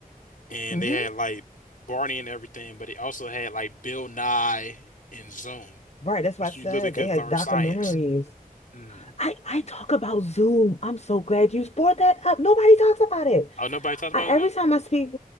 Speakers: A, on the left; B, on the left.
A: and
B: mhm.
A: they had like Barney and everything, but they also had like Bill Nye and Zoom,
B: Right, that's
A: which
B: why I said
A: you literally could
B: they had
A: learn
B: documentaries.
A: science. mm
B: I I talk about Zoom. I'm so glad you brought that up. Nobody talks about it.
A: Oh, nobody talks about
B: I, every
A: Zoom?
B: time I speak,